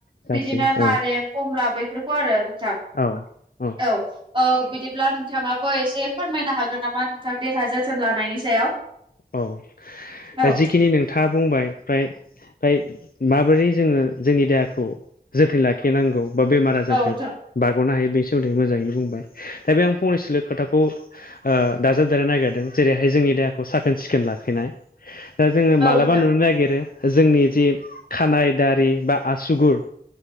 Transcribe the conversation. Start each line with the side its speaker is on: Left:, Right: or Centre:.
Left: गाज्रि
Right: बिदिनो नारें
Left: औ
Right: खमला बैफोरखौ आरो नोंथां।
Left: औ औ
Right: औ ओ बिदिब्ला नोंथाङाबो एसे फोरमायनो हागोन नामा नोंथां <unintelligible> सोन लानायनि सायाव।
Left: औ
Right: औ
Left: दा जिखिनि नोंथाङा बुंबाय फ्राय फ्राय माबोरै जोङो जोंनि देहाखौ जोथोन लाखिनांगौ? बा बेमार आजारनिफ्राय
Right: औ नोंथां
Left: बारग'नो हायो बेनि सोमोन्दै मोजाङैनो बुंबाय दा बे आं फंनैसोलो खोथाखौ ओ दाजाबदानो नागिरदों जेरैहाय जोंनि देहाखौ साख खोन सिखोन लाखिनाय दा जोङो
Right: औ
Left: मालाबा
Right: नोंथां
Left: नुनो नागिरो। जोंनि जि खानाय दारि बा आसुगुर